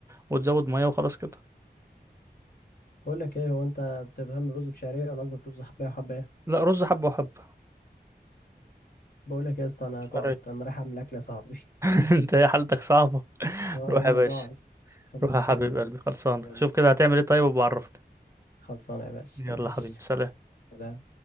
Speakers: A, on the right; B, on the left.
A: وتزود مية وخلاص كده
B: بقول لك ايه هو انت بتفهم رز بشعرية ولا قصدك رز حباية وحباية ايه
A: لا رز حبة وحبة
B: بقول لك يا اسطى انا
A: مش
B: جعت
A: عارف.
B: انا رايح اعمل اكل يا صاحبي <laughs>
A: <laughs> أنت يا حالتك صعبة
B: اه والله
A: روح يا
B: انا
A: باشا
B: جعت خلصانة
A: روح يا حبيب
B: يا حبيبي
A: قلبي خلصان
B: يلا
A: شوف كده هتعمل إيه طيب وبعرفني
B: خلصانة يا باشا
A: يلا
B: ماشي
A: حبيبي سلام
B: سلام